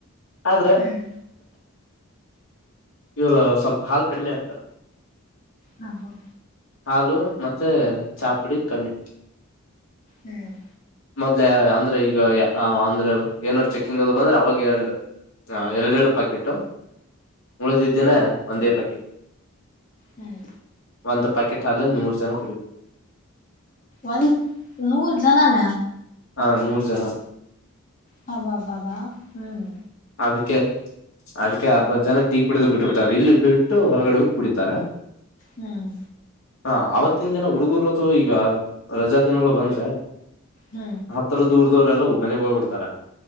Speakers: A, on the left (about 65°); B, on the left (about 35°).
A: ಆದ್ರೆ
B: ಹ್ಮ್
A: ಇವರು ಸ್ವಲ್ಪ ಹಾಲು ಕಡಿಮೆ ಆಗ್ತಾರ
B: ಹಾ ಹ
A: ಹಾಲು ಮತ್ತೆ ಚಾಪುಡಿ ಕಮ್ಮಿ
B: ಹ್ಮ್
A: ಮೊದ್ಲೆ ಅಂದ್ರೆ ಈಗ ಅಂದ್ರೆ ಏನಾದ್ ಚೆಕ್ಕಿಂಗ್ ಅದು ಬಂದ್ರೆ ಅವಾಗ ಏಂಡು ಹಾ ಎರಡೆ ಎರಡು ಪ್ಯಾಕೆಟು ಮುಳಿದಿದ್ದಿನ ಒಂದೇ ಪ್ಯಾಕೆಟ್
B: ಹ್ಮ್
A: ಒಂದು ಪ್ಯಾಕೆಟ್ ಹಾಲಲ್ಲಿ ನೂ ಜನ ಕುಡಬೇಕು
B: ಒಂದ ನೂರು ಜನಾನ
A: ಹಾ ನೂರು ಜನ
B: ಹಬ ಬಬ ಹ್ಮ್
A: ಅದಕ್ಕೆ ಅದಕ್ಕೆ ಅರ್ಧ ಜನ ಟೀ ಕುಡಿದ್ು ಬಿಟ್ಟುಬ ಬಿಟ್ಟತಾರೆ ಇಲ್ಲಿ ಬಿಟ್ಟು ಹೊರಗಡೆ ಹ ಕುಡಿತಾರೆ
B: ಹ್ಮ್
A: ಹಾ ಆವತ್ತಿನ ದಿನ ಹುಡುಗೂರು ಅದು ಈಗ ರಜಾ ದಿನಗಳು ಬಂದ್ರೆ
B: ಹ್ಮ್
A: ಹತ್ತತ್ರ ದೂರದವ್ರರೆಲ್ಲವು ಮನೆಗ್ ಹೋಗಿಡ್ತಾರೆ